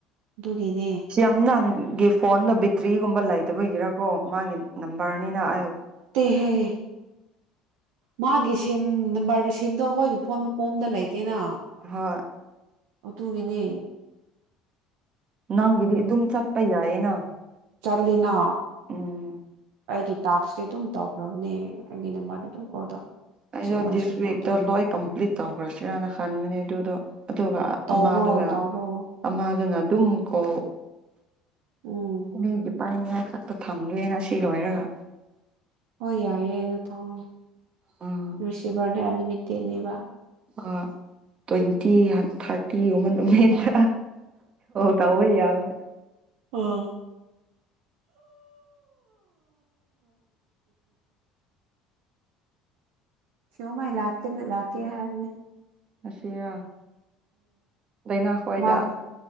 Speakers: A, on the right (about 65°); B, on the right (about 40°).
A: ꯑꯗꯨꯒꯤꯅꯦ
B: ꯁꯝ ꯅ ꯒꯤ ꯐꯣꯟꯗ ꯕꯦꯇ꯭ꯔꯤꯒꯨꯝꯕ ꯂꯩꯇꯕꯒꯤꯔꯀꯣ ꯃꯥꯒꯤ ꯅꯝꯕꯔꯅꯤꯅ ꯑꯩ
A: ꯍꯦ ꯃꯥꯒꯤ ꯁꯦꯝ ꯅꯝꯕꯔꯗꯨꯣ ꯁꯦꯝꯗꯣ ꯑꯩꯈꯣꯏꯒꯤ ꯐꯣꯟ ꯃꯄꯣꯝꯗ ꯂꯩꯇꯦꯅ
B: ꯍꯣꯏ
A: ꯑꯣ ꯇꯨꯒꯤꯅꯦ
B: ꯅꯪꯒꯤꯗꯤ ꯑꯗꯨꯝ ꯆꯠꯄ ꯌꯥꯌꯦꯅ
A: ꯆꯠꯂꯤꯅ
B: ꯎꯝ
A: ꯑꯩꯒꯤ ꯇꯥꯛꯁꯇꯤ ꯑꯗꯨꯝ ꯇꯧꯈ꯭ꯔꯕꯅꯦ ꯑꯩꯒꯤ ꯅꯝꯕꯔꯗ ꯑꯗꯨꯝ ꯀꯣꯜ ꯇꯧ
B: ꯑꯩꯗꯣ
A: ꯁꯤꯒꯨꯝꯕꯩꯁꯨ
B: ꯗꯤꯁ
A: ꯀꯣꯜ
B: ꯋꯤꯛꯇꯣ
A: ꯇꯧꯔꯦ
B: ꯂꯣꯏ ꯀꯝꯄ꯭ꯂꯤꯠ ꯇꯧꯈ꯭ꯔꯁꯤꯔꯅ ꯈꯟꯕꯅꯦ ꯑꯗꯨꯗꯣ ꯑꯗꯨꯒ
A: ꯇꯧꯔꯣ
B: ꯑꯃꯥꯗꯨꯒ
A: ꯇꯧꯔꯣ
B: ꯑꯃꯥꯗꯨꯅ ꯇꯨꯝꯀꯣ
A: ꯎꯝ
B: ꯂꯤꯗꯤ ꯄꯥꯏꯅꯤꯡ ꯉꯥꯏ ꯉꯥꯛꯇ ꯊꯝꯒꯦꯅ ꯁꯤ ꯂꯣꯏꯔꯒ
A: ꯍꯣꯏ ꯌꯥꯏꯌꯦꯗꯨ ꯇꯧ ꯑꯣ
B: ꯎꯝ
A: ꯔꯤꯁꯤꯕꯔ <inaudible> ꯂꯤꯃꯤꯠꯇꯦꯅꯦꯕ
B: ꯑ ꯇ꯭ꯋꯦꯟꯇꯤ ꯊꯥꯔꯇꯤꯒꯨꯝꯕ ꯅꯨꯃꯤꯠꯇ ꯇꯧꯕ ꯌꯥꯕꯅꯦ
A: ꯑ ꯀꯣ ꯃꯥ ꯏꯂꯀꯅ ꯏꯥꯀꯦ ꯍꯥꯏ
B: ꯑꯁꯤꯔ ꯂꯥꯏꯅꯥ ꯈ꯭ꯋꯥꯏꯗ
A: ꯃꯥꯒꯤ